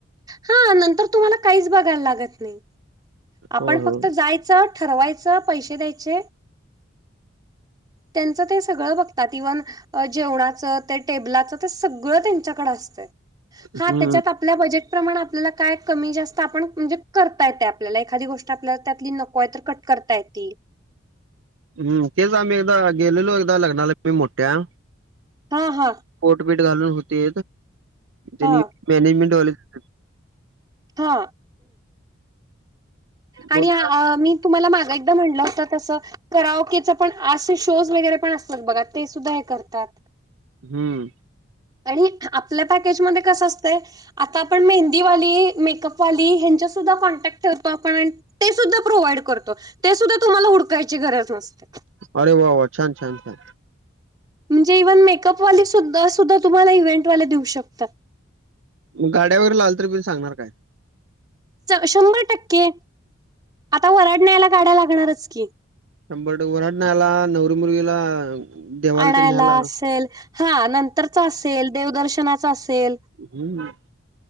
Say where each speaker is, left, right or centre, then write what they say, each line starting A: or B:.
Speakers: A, on the right (about 20°); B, on the right (about 65°).
A: हा नंतर तुम्हाला काहीच बघायला लागत नाही आपण
B: हो
A: फक्त
B: हो
A: जायचं ठरवायचं पैसे द्यायचे
B: <inaudible>
A: त्यांचं ते सगळं बघतात इव्हन अ जेवणाचं ते टेबलाचं ते सगळं त्यांच्याकड असतं
B: हम्म
A: हा त्याच्यात आपल्या बजेट प्रमाण आपल्याला काय कमी जास्त आपण म्हणजे करताय त्या आपल्याला एखादी गोष्ट आपल्याला त्यातली नको आहे तर कट करता येतील
B: हम्म तेच आम्ही एकदा गेलेलो एकदा लग्नाला मोठ्या
A: हा हा
B: पोटपेठ घालून होते जनी
A: हा
B: मॅनेजमेंट वॉलेज
A: हा
B: मग
A: आणि मी तुम्हाला माग एकदा म्हटलं होतं तसं कराओकेचा पण अस शोज वगैरे पण असत बघा ते सुद्धा हे करतात
B: हम्म
A: आणि आपल्या पॅकेजमध्येध्ये कसं असतंय आता आपण मेहंदीवाली मेकअपवाली हच्या सुद्धा कॉन्टॅक्ट ठरतो आपण ते सुद्धा प्रोव्हाइड करतो ते सुद्धा तुम्हाला हडकायची गरज नसते
B: अरे वा वा छान छान छान
A: म्हणजे इव्हन मेकपवाली सुध सुद्धा तुम्हाला इव्हेंट वाले देऊ शकतात
B: मग गाड्यावर लावल तरी बि सांगणार काय?
A: शंभर टक्के आता वर्हाड न्यायला गाड्या लागणारच की.
B: शंभर ट वर्हाड न्यायला नवरी मुलगीला देवाला
A: आणायला
B: ते न्यायला
A: असेल, हां नंतरचा असेल, देवदर्शनाचा असेल.
B: हम्म.